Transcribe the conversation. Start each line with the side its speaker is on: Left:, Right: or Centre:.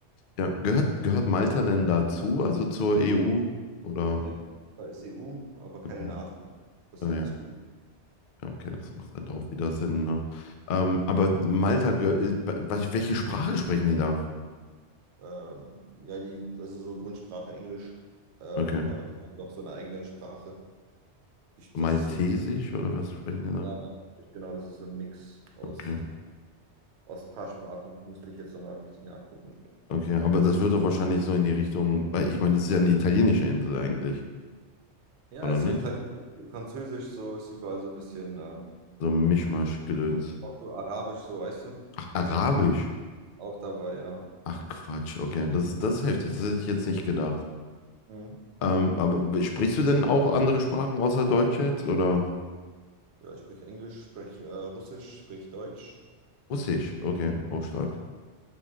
Left: Ja. Gehört, gehört Malta denn dazu, also zur EU? Oder?
Right: Ja, da ist EU, aber keine
Left: Okay.
Right: NATO, ne? Das
Left: Naja.
Right: ist halt das Gute.
Left: Ja, okay, das macht halt auch wieder Sinn, ne? Ähm, aber Malta, gehör- äh, was- welche Sprache sprechen die da?
Right: Ähm, ja, die, also so Grundsprache Englisch, äh, aber
Left: Okay.
Right: die haben noch so eine eigene Sprache. Ich, das
Left: Maltesisch
Right: ist so ein,
Left: oder was sprechen die da?
Right: ja, genau, das ist so ein Mix aus.
Left: Okay.
Right: Aus ein paar Sprachen müsste ich jetzt nochmal richtig nachgucken.
Left: Okay, aber das wird doch wahrscheinlich so in die Richtung, weil ich meine, das ist ja eine italienische Insel eigentlich,
Right: Ja,
Left: oder
Right: ist
Left: nicht?
Right: so Italienisch, Französisch, so ist überall so ein bisschen, äh,
Left: So ein Mischmasch-Gedöns.
Right: auch so Arabisch, so weißt du,
Left: Ach, Arabisch.
Right: auch dabei, ja.
Left: Ach Quatsch, okay, das ist, das ist heftig, das hätte ich jetzt nicht gedacht.
Right: Mhm.
Left: Ähm, aber sprichst du denn auch andere Sprachen außer Deutsch jetzt, oder?
Right: Ja, ich spreche Englisch, spreche äh, Russisch, spreche Deutsch.
Left: Russisch, okay, auch stark.